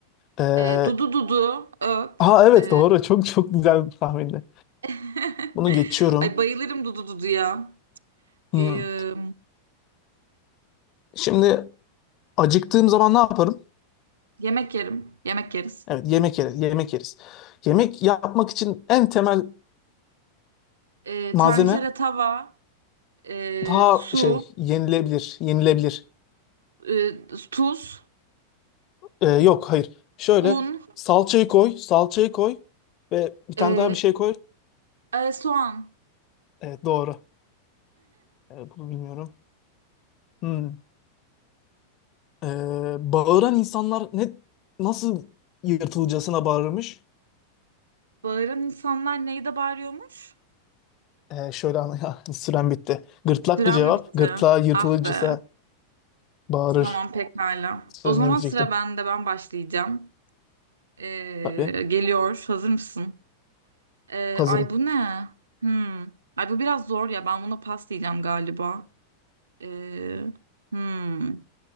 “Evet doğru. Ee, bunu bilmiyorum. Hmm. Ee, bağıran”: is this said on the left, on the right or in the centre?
Left